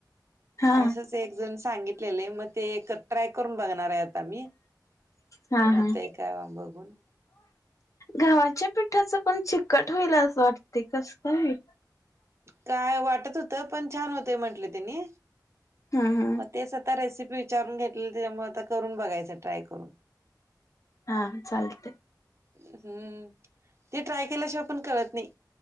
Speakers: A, on the left; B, on the right.
A: हा
B: असंच एक जण सांगितलेले मग ते ट्राय करून बघणार आहे आता मी.
A: हा
B: होतय
A: हा
B: का बघून.
A: गव्हाच्या पिठाच पण चिकट होईल असं वाटते कस काय होईल.
B: काय वाटत होत पण छान होत म्हंटले त्यांनी.
A: हा हा.
B: मग तेच आता रेसिपी विचारून घेतलं त्याच्यामुळे आता करून बघायच ट्राय करून.
A: हा हा चालतेय.
B: हम्म ते ट्राय केल्याशिवाय पण कळत नाही